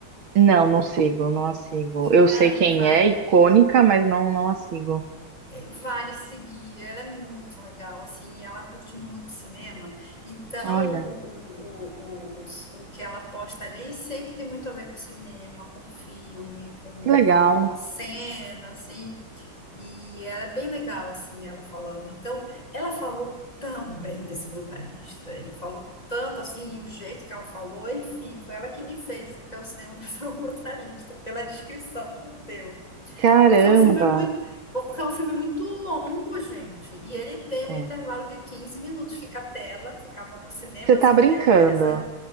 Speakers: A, on the right (about 80°); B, on the left (about 20°).
A: Não, não sigo, não a sigo.
B: E,
A: Eu sei
B: ai,
A: quem
B: vale,
A: é, icônica, mas não, não a sigo.
B: é, vale seguir, ela é muito legal, assim, e ela curte muito cinema, então
A: Olha,
B: o, o, o, os- o que ela posta ali sempre tem muito a ver com cinema, com filme, com,
A: que legal.
B: com a cena, assim, E ela é bem legal, assim, ela falando. Então, ela falou tão bem desse brutalista, e falou tanto, assim, e o jeito que ela falou, enfim, foi ela que me fez até o cinema <laughs> ver o brutalista, pela descrição que ela deu.
A: Caramba.
B: Porque é um filme muito, porque é um filme muito longo, gente, e ele tem um
A: É.
B: intervalo de 15 minutos, fica a tela, ficava no cinema,
A: Você tá
B: assim,
A: brincando.
B: que era interessante